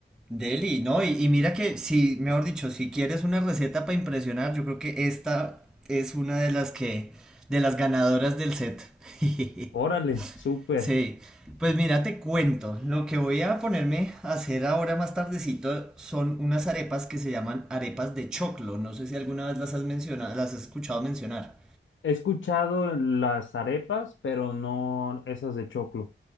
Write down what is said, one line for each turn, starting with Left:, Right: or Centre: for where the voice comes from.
Centre: Deli, ¿no? Y, y mira que, si, mejor dicho, si quieres una receta para impresionar, yo creo que esta es una de las que, de las ganadoras del set. <laughs>
Left: Órale, súper.
Centre: Sí, pues mira, te cuento, lo que voy a ponerme a hacer ahora más tardecito son unas arepas que se llaman arepas de choclo, no sé si alguna vez las has mencionado, las has escuchado mencionar.
Left: He escuchado las arepas, pero no esas de choclo.